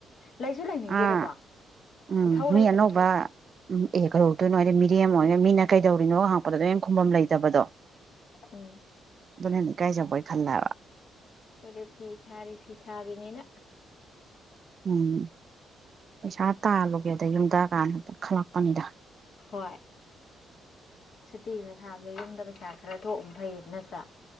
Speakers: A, on the left; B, on the right.
A: ꯂꯩꯁꯨ ꯂꯩꯅꯤꯡꯗꯦꯗꯀꯣ
B: ꯑꯥ ꯎꯝ
A: ꯏꯊꯧ ꯂꯩꯇ꯭ꯔꯗꯤ
B: ꯃꯤ ꯑꯅꯧꯕ ꯎꯝ ꯑꯦ ꯀꯔꯧꯛꯇꯣꯏꯅꯣ ꯍꯥꯏꯗꯤ ꯃꯤꯔꯦꯝ ꯑꯣꯏꯅ ꯃꯤꯅ ꯀꯩꯗꯧꯔꯤꯅꯣ ꯍꯥꯡꯉꯛꯄꯗ ꯑꯗꯨ ꯑ ꯈꯕꯝ ꯂꯩꯇꯕꯗꯣ
A: ꯎꯝ
B: ꯑꯗꯨꯅ ꯍꯦꯟ ꯏꯀꯥꯏꯖꯕꯣꯏ ꯈꯜꯂꯦꯕ
A: ꯑꯩꯈꯣꯏꯗꯤ ꯐꯤꯁꯥꯔꯤ ꯐꯤꯁꯥꯕꯤꯅꯤꯅ
B: <unintelligible> ꯄꯩꯁꯥ ꯇꯥꯜꯂꯨꯒꯦꯗ ꯌꯨꯝꯗ ꯀꯥꯟꯗ ꯈꯜꯂꯛꯄꯅꯤꯗ
A: ꯍꯣꯏ ꯁꯨꯇꯤꯒ ꯊꯥꯕꯗ ꯌꯨꯝꯗ ꯄꯩꯁꯥ ꯈꯔ ꯊꯣꯛꯎꯕꯅ ꯐꯩꯌꯦꯕ ꯅꯠꯇ꯭ꯔꯥ